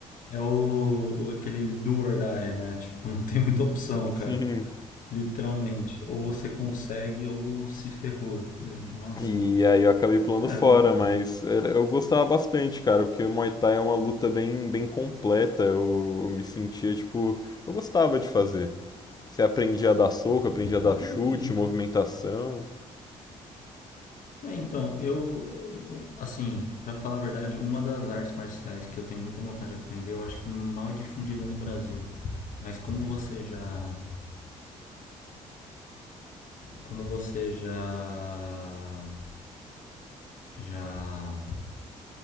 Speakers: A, on the left (about 60°); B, on the left (about 25°).
A: é o, o- aquele do or die, né? Tipo, não tem muita opção,
B: <laughs>
A: cara.
B: enfim
A: Literalmente. Ou você consegue ou se ferrou. É, Nossa.
B: E aí eu acabei pulando
A: Caramba,
B: fora,
A: cara.
B: mas era- eu gostava bastante, cara, porque o Muay Thai é uma luta bem, bem completa. Eu, eu me sentia, tipo, eu gostava de fazer. Você aprendia a dar soco, aprendia a dar
A: Imagina.
B: chute, movimentação.
A: É, então, eu, eu- assim, pra falar a verdade, uma das artes marciais que eu tenho muita vontade de aprender, eu acho que mal é difundida no Brasil. Mas como você já, como você já, já